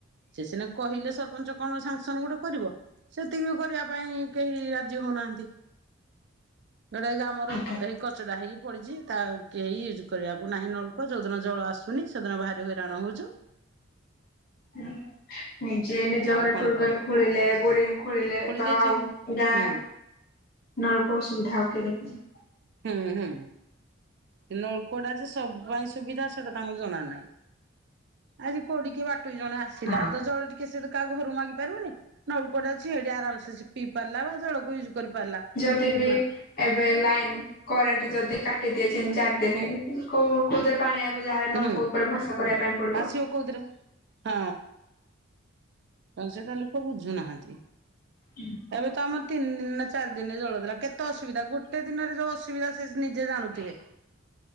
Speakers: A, on the right (about 60°); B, on the left (about 50°).
A: ସେ ସିନା କହିଲେ ସରପଞ୍ଚ କଣ ସାଙ୍ଗସନ୍ ଗୋଟେ କରିବ ସେତିକି ବି କରିବା ପାଇଁ କେହି ଯିଏ ହେଉନାନ୍ତି। ଯୋଉଟା କି ଆମର
B: ଆଜ୍ଞା।
A: ଏଇ କ କଚଡ଼ା ହେଇକି ପଡ଼ିଛି ତା କେହି ୟୁଜ୍ କରିବାକୁ ନାହିଁ ନଳକୂଅ ଯେଉଁଦିନ ଜଳ ଆସୁନି ସେଦିନ ଭାରି ହଇରାଣ ହଉଚୁ।
B: ହୁଁ। ନିଜେ ନିଜ
A: ଆଉ
B: ଘରେ
A: କଣ
B: ଟ୍ୟୁବଲ୍
A: କହ
B: ଖୋଳିଲେ ବୋରିଂ ଖୋଳିଲେ
A: ଖୋଳି
B: ତ
A: ଦେଇଛନ୍ତି।
B: ଆଉ ଗାଁ
A: ହୁଁ
B: ନଳ କୂଅ ସୁବିଧା ଆଉ କିଏ ଦେଖେବ।
A: ହୁଁ ହୁଁ। ନଳକୂଅ ଟା ଯେ ସବୁ ପାଇଁ ସୁବିଧା ସେଟା ତାଙ୍କୁ ଜଣା ନାହିଁ। ଆଜି କୋଡି କିଏ ବାଟୋଇ ଜଣ ଆ ଆସିଲା
B: ହଁ
A: ତ ଜଳ ଟିକେ ସେ କାହା ଘରକୁ ମାଗି ପାରିବନି ନଳକୂଅଟେ ଅଛି ଏଠି ଆରାମସେ ପିଇ ପାରିଲା ବା ଜଳକୁ ୟୁଜ୍ କରି ପାରିଲା।
B: ଯଦି ବି ଏବେ ଲାଇନ୍ କରେଣ୍ଟ୍ ଯଦି କାଟି କାଟି ଦିଏ ତିନି ଚାରି ଦିନି କୋଉ କୋଉଥିରେ ପାଣି ଆଣିବୁ ଯାହାହେଲେ ନଳକୂଅ
A: ହୁଁ।
B: ଉପରେ ଭରସା କରିବା ପାଇଁ ପଡିବ।
A: ଆସିବ କୋଉଥିରେ? ହଁ, ତ ସେଟା ଲୋକ ବୁଝୁନାହାନ୍ତି।
B: ହୁଁ।
A: ଏବେ ତ ଆମର ତିନି ଦିନ ନା ଚାରି ଦିନରେ ଜଳଦେଲା। କେତେ ଅସୁବିଧା ଗୋଟେ ଦିନରେ ଯୋଉ ଅସୁବିଧା ସେ ନିଜେ ଜାଣୁଥିବେ।
B: <inaudible>